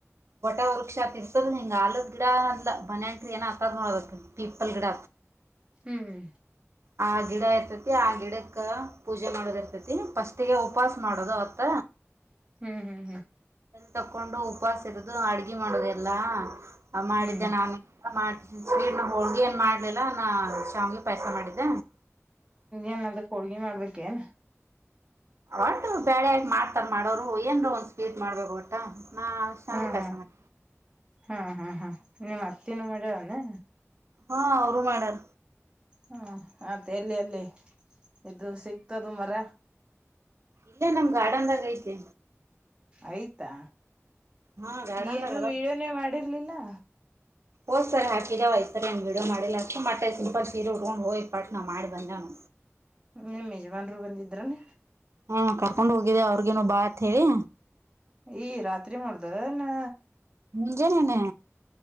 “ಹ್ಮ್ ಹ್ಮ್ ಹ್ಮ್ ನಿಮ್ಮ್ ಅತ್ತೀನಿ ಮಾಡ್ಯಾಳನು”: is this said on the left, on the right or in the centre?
Right